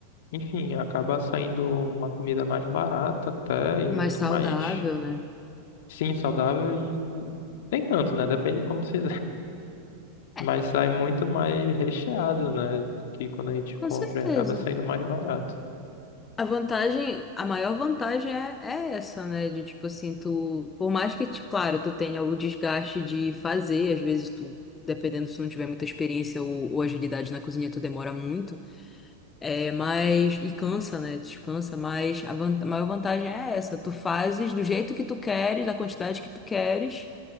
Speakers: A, on the left; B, on the left.
A: enfim, acaba saindo uma comida mais barata até e
B: Mais
A: muito
B: saudável,
A: mais,
B: né?
A: sim, saudável e e nem tanto, né? Depende de como você
B: É,
A: Mas sai muito mais recheado, né? Que quando a gente
B: com
A: compra
B: certeza.
A: e acaba saindo mais barato.
B: A vantagem, a maior vantagem é, é essa, né? De tipo assim, tu, por mais que, te- claro, tu tenha o desgaste de fazer, às vezes tu, dependendo se tu não tiver muita experiência ou, ou agilidade na cozinha, tu demora muito, é, mas, e cansa, né? Descansa, mas a, van- a maior vantagem é essa, tu fazes do jeito que tu queres, da quantidade que tu queres,